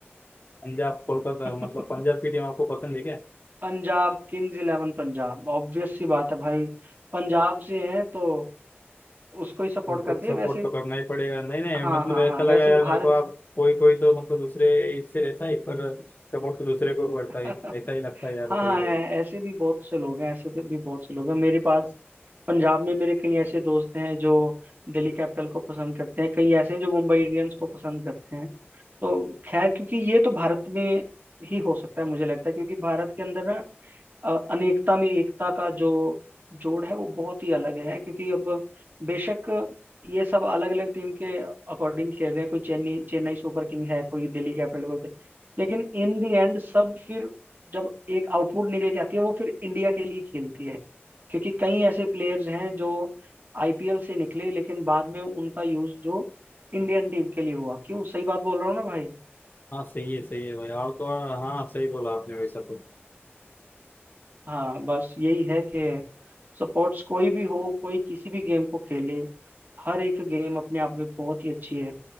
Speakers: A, on the left (about 45°); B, on the right (about 45°).
A: पंजाब कोलकाता
B: <laughs>
A: मतलब पंजाब की टीम आपको पसंद है क्या
B: पंजाब किंग्स इलेवन पंजाब ऑब्वियस सी बात है भाई पंजाब से हैं तो उसको ही सपोर्ट
A: उनको
B: करते
A: सपोर्ट
B: हैं वैसे
A: तो करना ही पड़ेगा नहीं नहीं
B: हाँ
A: मतलब
B: हाँ
A: ऐसा
B: हाँ
A: लगा
B: वैसे
A: यार
B: भारत
A: मेरे को आप कोई कोई तो मतलब दूसरे इससे रहता है पर सपोर्ट तो दूसरे को करता
B: <laughs>
A: है ऐसा ही लगता है यार
B: हाँ
A: कभी
B: हाँ
A: कभी
B: है ऐसे भी बहुत से लोग हैं ऐसे तो भी बहुत से लोग हैं मेरे पास पंजाब में मेरे कई ऐसे दोस्त हैं जो दिल्ली कैपिटल को पसंद करते हैं कई ऐसे हैं जो मुंबई इंडियंस को पसंद करते हैं तो खैर क्योंकि ये तो भारत में ही हो सकता है मुझे लगता है क्योंकि भारत के अंदर ना अ, अनेकता में एकता का जो जोड़ है वो बहुत ही अलग है क्योंकि अब बेशक ये सब अलग अलग टीम के अकॉर्डिंग खेल रहे हैं कोई चेन्नई चेन्नई सुपर किंग है कोई दिल्ली कैपिटल कोई लेकिन इन दी एंड सब फिर जब एक आउटपुट निकल के आती है वो फिर इंडिया के लिए खेलती है क्योंकि कई ऐसे प्लेयर्स हैं जो आईपीएल से निकले लेकिन बाद में उनका यूज जो इंडियन टीम के लिए हुआ क्यों सही बात बोल रहा हूँ ना भाई
A: हाँ सही है सही है भाई और तो और, हाँ सही बोला आपने वैसा तो
B: हाँ बस यही है कि सपोर्ट्स कोई भी हो कोई किसी भी गेम को खेले हर एक गेम अपने आप में बहुत ही अच्छी है